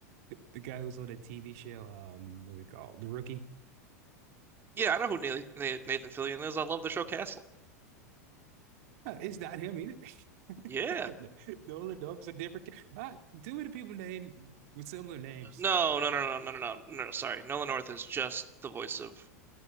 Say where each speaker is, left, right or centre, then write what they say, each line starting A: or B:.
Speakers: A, on the right; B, on the right.
A: the guy who's on the TV show. Um, what's it called? The Rookie.
B: yeah I know who Nathan, Nathan Fillion is. I love the show Castle.
A: Uh, It's not him either.
B: Yeah.
A: <laughs> Nolan North's a different. ca- Ah, too many people named with similar names.
B: No no no no no no no no. no, Sorry, Nolan North is just the voice of